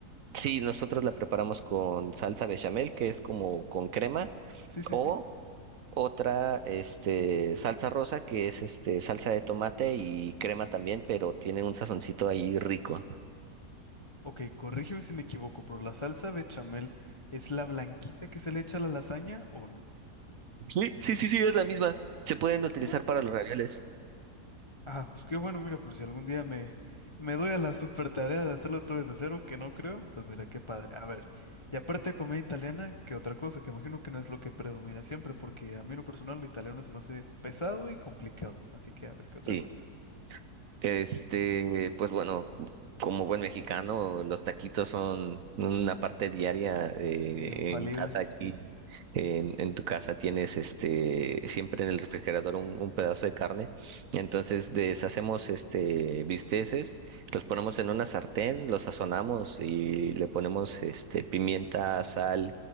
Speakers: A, on the right (about 65°); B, on the left (about 35°).
A: Sí, nosotros la preparamos con salsa bechamel, que es como con crema,
B: Sí, sí,
A: o
B: sí.
A: otra, este, salsa rosa, que es este, salsa de tomate y crema también, pero tiene un sazoncito ahí rico.
B: Ok, corrígeme si me equivoco, pero la salsa bechamel es la blanquita que se le echa a la lasaña o no?
A: Sí, sí, sí, sí, es la misma. Se pueden utilizar
B: Ah,
A: para
B: mira.
A: los ravioles.
B: Ah, pues qué bueno, mira, por si algún día me, me doy a la super tarea de hacerlo todo desde cero, que no creo, pues mira, qué padre. A ver, y aparte de comida italiana, ¿qué otra cosa? Que imagino que no es lo que predomina siempre, porque a mí en lo personal lo italiano se me hace pesado y complicado. Así que a ver, ¿qué
A: Sí.
B: otra cosa?
A: Este, pues bueno, como buen mexicano, los taquitos son una parte diaria eh,
B: Sí, infalibles.
A: en casa aquí. En, en tu casa tienes este siempre en el refrigerador un, un pedazo de carne. Entonces deshacemos este bisteces, los ponemos en una sartén, los sazonamos y le ponemos este pimienta, sal,